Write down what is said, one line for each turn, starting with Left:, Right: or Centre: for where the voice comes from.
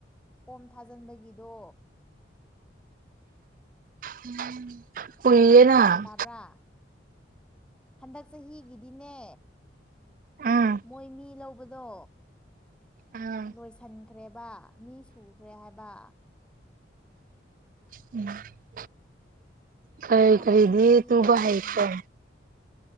Centre: ꯐꯣꯝ ꯊꯥꯖꯤꯟꯕꯒꯤꯗꯣ
Right: <inaudible> ꯀꯨꯏꯌꯦꯅ
Centre: ꯒ꯭ꯌꯥꯟ ꯇꯥꯕ꯭ꯔꯥ ꯍꯟꯗꯛ ꯆꯍꯤꯒꯤꯗꯤꯅꯦ
Right: ꯎꯝ
Centre: ꯃꯣꯏ ꯃꯤ ꯂꯧꯕꯗꯣ
Right: ꯎꯝ
Centre: ꯂꯣꯏꯁꯟꯈ꯭ꯔꯦꯕ ꯃꯤ ꯁꯨꯈ꯭ꯔꯦ ꯍꯥꯏꯕ
Right: <inaudible> ꯀꯩ
Centre: ꯑꯗꯨꯅ
Right: ꯀꯔꯤꯗꯤ
Centre: ꯃꯊꯪ ꯆꯍꯤ
Right: ꯇꯨꯕ
Centre: ꯇꯥꯔꯅꯤ
Right: ꯍꯩꯈ꯭ꯔꯦ